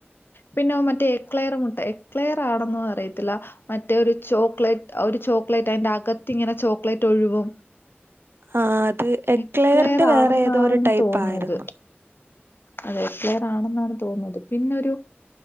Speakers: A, on the left (about 60°); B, on the right (about 65°).
A: പിന്നെ ആ മറ്റേ എക്ലെയർ മുട്ട എക്ലെയർ ആണെന്നോ അറിയത്തില്ല മറ്റേ ഒരു ചോക്ലേറ്റ് ഒരു ചോക്ലേറ്റ് അതിന്റെ അകത്ത് ഇങ്ങനെ ചോക്ലേറ്റ് ഒഴുകും
B: ആഹ് അത് എക്ലെയറിന്റെ
A: എക്ലെയർ
B: വേറെ
A: ആണെന്നാണെന്ന്
B: ഏതോ ഒരു ടൈപ്പ്
A: തോന്നുന്നത്.
B: ആയിരുന്നു
A: അതെ എക്ലയറാണെന്നാണ് തോന്നുന്നത് പിന്നൊരു